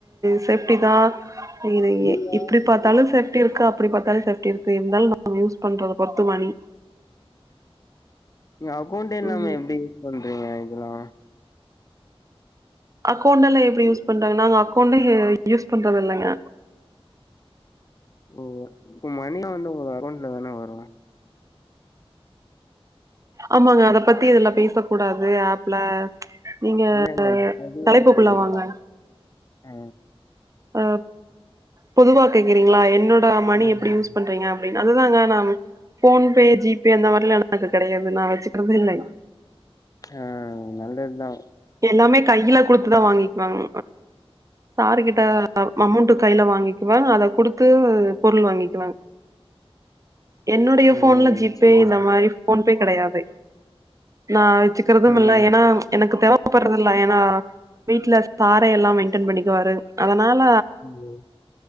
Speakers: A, on the right; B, on the left.
A: சேஃப்டி தா இது
B: நீங்க
A: எ இப்டி பாத்தாலு சேஃப்டி இருக்கு அப்டி பாத்தாலு சேஃப்டி இருக்கு இருந்தாலு நம்ம யூஸ் பண்றத பொருத்து மணி
B: அக்கௌண்ட நாம
A: ம்
B: எப்படி யூஸ் பண்றீங்க இதெல்லா
A: அக்கௌண்ட எல்லா எப்படி யூஸ் பண்றாங்க நாங்க அக்கௌண்ட யூஸ் பண்றத இல்லைங்க
B: ஓ இப்ப மணியா வந்து உங்க அக்கவுண்ட்ல தான வரு
A: ஆமாங்க அத பத்தி இது எல்லா பேச கூடாது ஆப்ல நீங்க
B: இல்ல இல்ல நான் பொதுவா
A: தலைப்புக்குள்ள
B: கேக்குறேன்.
A: வாங்க
B: ஆ
A: அ பொதுவா கேக்றீங்களா என்னோட மணி
B: ம்.
A: எப்படி யூஸ் பண்றீங்க அப்படின் அதுதாங்க நா போன் பே ஜி பே ஜி பே அந்த மாரில கிடையாது நா வச்சுக்கிறதுத இல்ல
B: ஆ நல்லதுதா
A: எல்லாமே கையில கொடுத்துதா வாங்கிக்குவாங்க சார் கிட்ட அமௌண்ட் கையில வாங்கிக்குவா அத கொடுத்து பொருள் வாங்கிக்குவா என்னுடைய
B: ஓ
A: போன்ல ஜி பே
B: சரி.
A: இந்த மாதிரி போன்பே கிடையாது நா வச்சுக்கிறது
B: ம்.
A: இல்ல ஏன்னா எனக்கு தேவைப்படுறது இல்ல ஏன்னா வீட்டுல சார்ரே எல்லா மெயின்டெய்ன் பண்ணிக்குவாரு அதனால
B: ம்.